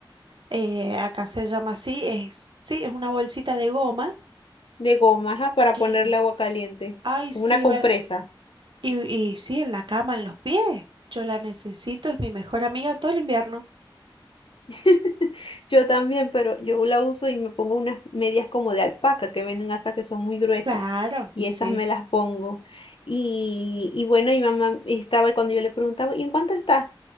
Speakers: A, on the right; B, on the left.
A: eh, acá se llama así, es, sí, es una bolsita de goma
B: de goma, ajá, para
A: que,
B: ponerle agua caliente,
A: ay, sí,
B: como una compresa.
A: va- y, y sí, en la cama, en los pies. Yo la necesito, es mi mejor amiga todo el invierno.
B: <laughs> Yo también, pero yo la uso y me pongo unas medias como de alpaca que venden acá que son muy gruesas
A: Claro,
B: y
A: sí.
B: esas me las pongo. Y, y bueno, mi mamá estaba y cuando yo le preguntaba, ¿y en cuánto está?